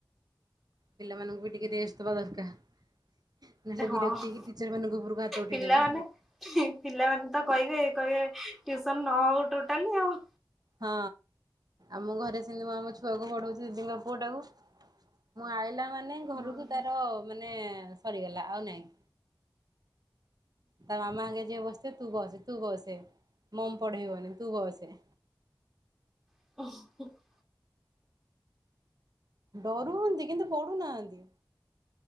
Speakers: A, on the right; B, in the centre.
A: ପିଲାମାନଙ୍କୁ ବି ଟିକେ ରେଷ୍ଟ ଦବା ଦରକାର ନହେଲେ
B: ହଁ
A: ବିରକ୍ତି ହେଇକି ଟିଚର ମାନଙ୍କ ଉପରୁ ହାତ ଉଠେଇଦେବେ।
B: ପିଲାମାନେ ପିଲାମାନେ ତ କହିବେ କହିବେ ଟ୍ୟୁସନ ନ ହଉ ଟୋଟାଲି ଆଉ।
A: ହଁ ଆମ ଘରେ ସେମିତି ମୁଁ ଆମ ଛୁଆକୁ ପଢଉଛି ଦିଦି ଙ୍କ ପୁଅ ଟାକୁ। ମୁଁ ଆଇଲା ମାନେ ଘରକୁ
B: ହଁ
A: ତାର ମାନେ ସରିଗଲା ଆଉ ନାଇଁ। ତା ମାମା ଆଗେ ଯିଏ ବସିଥିବ ତୁ ବସେ ତୁ ବସେ ମମ୍ ପଢେଇବନି ତୁ ବସେ।
B: <unintelligible>
A: ଡରୁଉନ୍ତି କିନ୍ତୁ ପଢୁନାହାନ୍ତି।